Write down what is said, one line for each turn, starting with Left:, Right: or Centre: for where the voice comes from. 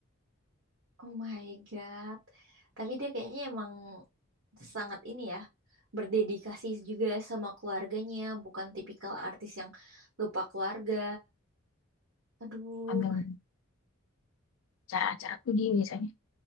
Right: Oh my God. Tapi dia kayaknya emang sangat ini ya, berdedikasi juga sama keluarganya, bukan tipikal artis yang lupa keluarga. Aduh.
Left: Ambil cara-cara tuh dia biasanya